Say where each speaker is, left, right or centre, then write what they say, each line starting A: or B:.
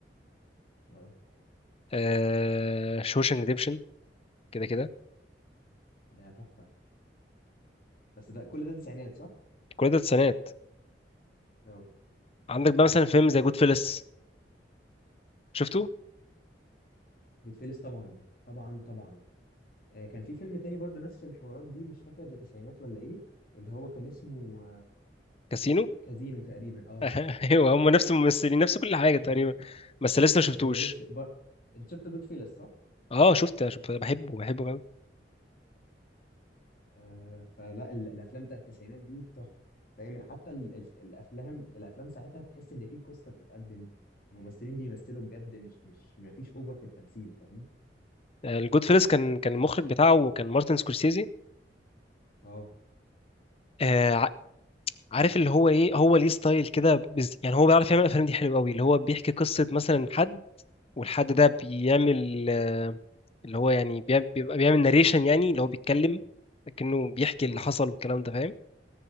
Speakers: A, on the left; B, on the left.
A: اه
B: آه... شوشنج ريديمشن كده كده
A: ده تحفه بس ده كل ده تسعينات صح؟
B: كل ده التسعينات
A: اه
B: عندك بقى مثلا فيلم زي جود فيلس شفته
A: جود فيلس طبعا طبعا طبعا آه، كان في فيلم تاني برضه نفس الحوارات دي مش فاكر ده تسعينات ولا ايه اللي هو كان اسمه
B: كاسينو
A: آه، كازينو تقريبا اه
B: <laughs> ايوه هم نفس الممثلين نفس كل حاجه
A: <laughs>
B: تقريبا بس لسه ما شفتوش
A: هو جود في... بر... انت شفت جود فيلس صح؟
B: اه شفت شفت بحبه بحبه قوي
A: آه فلا ال... الافلام بتاعت التسعينات دي تحفه فاهم حتى ال... ال... الافلام الافلام ساعتها تحس ان في قصه بتتقدم الممثلين بيمثلوا بجد مش مش ما فيش اوفر في التمثيل فاهم؟
B: الجود فيلس كان كان المخرج بتاعه كان مارتن سكورسيزي
A: اه
B: آه ع- عارف اللي هو ايه هو ليه ستايل كده بز... يعني هو بيعرف يعمل الافلام دي حلو قوي اللي هو بيحكي قصه مثلا حد والحد ده بيعمل آه اللي هو يعني بيع- بيبقى بيعمل ناريشن يعني اللي هو بيتكلم لكنه بيحكي اللي
A: اه
B: حصل والكلام ده فاهم